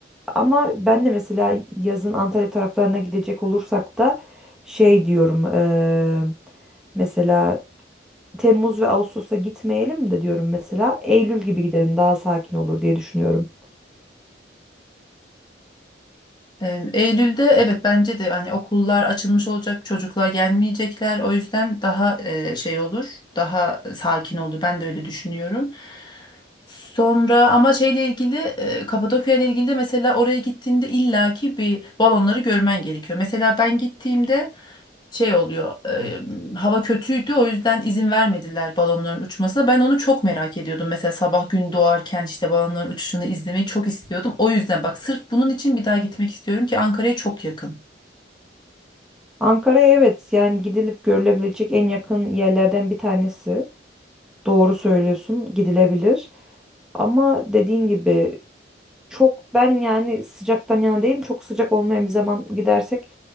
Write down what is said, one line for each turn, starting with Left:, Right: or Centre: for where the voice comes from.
Centre: Ama ben de mesela yazın Antalya taraflarına gidecek olursak da şey diyorum eee, mesela Temmuz ve Ağustos'a gitmeyelim de diyorum mesela. Eylül gibi gidelim daha sakin olur diye düşünüyorum.
Left: Ee, Eylül'de evet bence de hani okullar açılmış olacak, çocuklar gelmeyecekler. O yüzden daha e, şey olur, daha sakin olur. Ben de öyle düşünüyorum. Sonra ama şeyle ilgili e, Kapadokya ile ilgili de mesela oraya gittiğinde illaki bir balonları görmen gerekiyor. Mesela ben gittiğimde şey oluyor. e, hava kötüydü o yüzden izin vermediler balonların uçmasına. Ben onu çok merak ediyordum. Mesela sabah gün doğarken işte balonların uçuşunu izlemeyi çok istiyordum. O yüzden bak sırf bunun için bir daha gitmek istiyorum ki Ankara'ya çok yakın.
Centre: Ankara evet yani gidilip görülebilecek en yakın yerlerden bir tanesi. Doğru söylüyorsun gidilebilir. Ama dediğin gibi çok ben yani sıcaktan yana değilim. Çok sıcak olmayan bir zaman gidersek